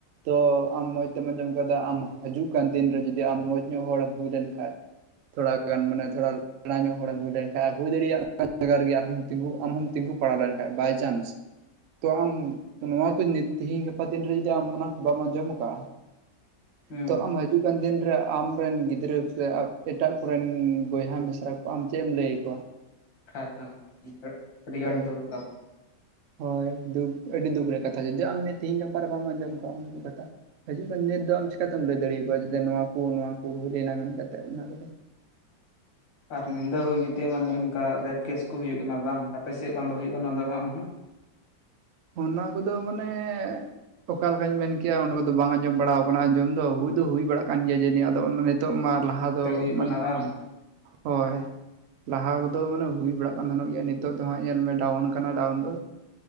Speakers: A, on the right (about 70°); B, on the left (about 75°).
A: ᱛᱚ ᱟᱢ ᱢᱚᱸᱡᱽ ᱛᱮᱢ ᱟᱸᱡᱚᱢ ᱠᱟᱫᱟ ᱟᱢ ᱦᱤᱡᱩᱜ ᱠᱟᱱ ᱫᱤᱱ ᱨᱮ ᱡᱩᱫᱤ ᱟᱢ ᱢᱚᱸᱡᱽ ᱧᱚᱜ ᱦᱚᱲ ᱮᱢ ᱦᱩᱭ ᱞᱮᱱ ᱠᱷᱟᱱ ᱛᱷᱚᱲᱟ ᱜᱟᱱ ᱢᱟᱱᱮ ᱛᱷᱚᱲᱟ ᱥᱮᱬᱟ ᱧᱚᱜ ᱦᱚᱲ ᱮᱢ ᱦᱩᱭ ᱞᱮᱱᱠᱷᱟᱱ <unintelligible> ᱦᱩᱭ ᱫᱟᱲᱮᱭᱟᱜ ᱡᱟᱭᱜᱟ ᱨᱮᱜᱮ ᱟᱨ ᱛᱤᱸᱜᱩ ᱟᱢᱦᱚᱢ ᱛᱤᱸᱜᱩ ᱯᱟᱲᱟᱣ ᱞᱮᱱᱠᱷᱟᱡ ᱵᱟᱭ ᱪᱟᱱᱥ ᱛᱚ ᱟᱢ ᱱᱚᱣᱟ ᱠᱚ ᱛᱤᱦᱤᱧ ᱜᱟᱯᱟ ᱫᱤᱱ ᱨᱮ ᱡᱩᱫᱤ ᱟᱢ ᱚᱱᱟ ᱠᱚ ᱵᱟᱢ ᱟᱸᱡᱚᱢ ᱟᱠᱟᱫᱼᱟ
B: ᱦᱮᱸ
A: ᱛᱚ ᱟᱢᱼᱼ ᱦᱤᱡᱩᱜ ᱠᱟᱱ ᱫᱤᱱ ᱨᱮ ᱟᱢ ᱨᱮᱱ ᱜᱤᱫᱽᱨᱟᱹ ᱥᱮ ᱮᱴᱟᱜ ᱠᱚᱨᱮᱱ ᱵᱚᱭᱦᱟ ᱢᱤᱥᱨᱟ ᱠᱚ ᱟᱢ ᱪᱮᱫ ᱮᱢ ᱞᱟᱹᱭ ᱟᱠᱚᱼᱼ ᱠᱚᱣᱟ
B: <unintelligible> ᱟᱹᱰᱤ
A: ᱦᱳᱭ
B: ᱟᱸᱴ ᱫᱚᱨᱠᱟᱨᱼᱼ
A: ᱦᱳᱭ ᱫᱩᱠ ᱟᱹᱰᱤ ᱫᱩᱠ ᱨᱮᱭᱟᱜ ᱠᱟᱛᱷᱟ ᱡᱩᱫᱤ ᱟᱢ ᱱᱮ ᱛᱮᱦᱤᱧ ᱜᱟᱯᱟ ᱨᱮ ᱵᱟᱢ ᱟᱸᱡᱚᱢ ᱠᱚᱣᱟ ᱩᱱᱠᱩ ᱠᱟᱛᱷᱟᱼᱼ ᱦᱤᱡᱩᱜ ᱠᱟᱱ ᱱᱤᱛ ᱫᱚ ᱟᱢ ᱪᱮᱠᱟ ᱛᱮᱢ ᱞᱟᱹᱭ ᱫᱟᱲᱮ ᱟᱠᱚᱣᱟ ᱡᱮ ᱱᱚᱣᱟ ᱠᱚ ᱱᱚᱣᱟ ᱠᱚ ᱦᱩᱭ ᱞᱮᱱᱟ ᱢᱮᱱ ᱠᱟᱛᱮᱫ ᱚᱱᱟ ᱠᱚᱫᱚᱼᱼ
B: ᱟᱨ ᱧᱤᱫᱟᱹ ᱦᱩᱭ ᱠᱟᱛᱮᱫ ᱢᱟᱱᱮ ᱚᱱᱠᱟ ᱨᱮᱯ ᱠᱮᱥ ᱠᱚ ᱦᱩᱭᱩᱜ ᱠᱟᱱᱟ ᱵᱟᱝ ᱟᱯᱮ ᱥᱮᱫ ᱵᱟᱝ ᱫᱚ ᱦᱩᱭᱩᱜ ᱠᱟᱱᱟ ᱵᱟᱝ ᱫᱚ ᱵᱟᱝ ᱦᱟᱜ
A: ᱚᱱᱟ ᱠᱚᱫᱚ ᱢᱟᱱᱮᱼᱼ ᱚᱠᱟ ᱞᱮᱠᱟᱧ ᱢᱮᱱ ᱠᱮᱭᱟ ᱚᱱᱟ ᱠᱚᱫᱚ ᱵᱟᱝ ᱟᱸᱡᱚᱢ ᱵᱟᱲᱟᱣ ᱟᱠᱟᱱᱟ ᱟᱸᱡᱚᱢ ᱫᱚ ᱦᱩᱭ ᱫᱚ ᱦᱩᱭ ᱵᱟᱲᱟᱜ ᱠᱟᱱ ᱜᱮᱭᱟ ᱡᱟᱹᱱᱤᱡ ᱟᱫᱚ ᱚᱱᱟᱼ ᱱᱤᱛᱚᱜ ᱢᱟ ᱞᱟᱦᱟ ᱫᱚ
B: ᱛᱮ ᱦᱩᱭᱩᱜ
A: ᱢᱟᱱᱮ
B: ᱠᱟᱱᱟ ᱵᱟᱝ
A: ᱦᱳᱭᱼᱼ ᱞᱟᱦᱟ ᱠᱚᱫᱚ ᱢᱟᱱᱮ ᱦᱩᱭ ᱵᱟᱲᱟᱜ ᱠᱟᱱ ᱛᱟᱦᱮᱱᱚᱜ ᱜᱮᱭᱟ ᱱᱤᱛᱚᱜ ᱫᱚ ᱦᱟᱸᱜ ᱧᱮᱞ ᱢᱮ ᱰᱟᱣᱩᱱ ᱠᱟᱱᱟ ᱰᱟᱣᱩᱱ ᱫᱚᱼᱼ